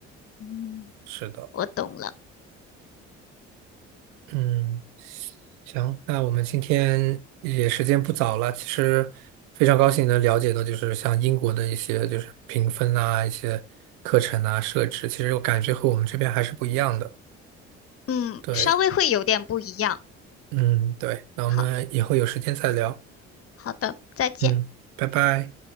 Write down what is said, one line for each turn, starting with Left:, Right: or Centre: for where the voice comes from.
Left: 嗯，
Right: 是的。
Left: 我懂了。
Right: 嗯，行，那我们今天也时间不早了，其实非常高兴能了解到，就是像英国的一些就是评分啊，一些课程啊设置，其实我感觉和我们这边还是不一样的。
Left: 嗯，
Right: 对。
Left: 稍微会有点不一样。
Right: 嗯，对，那我们以后有时间再聊。
Left: 好，好的，再见。
Right: 嗯，拜拜。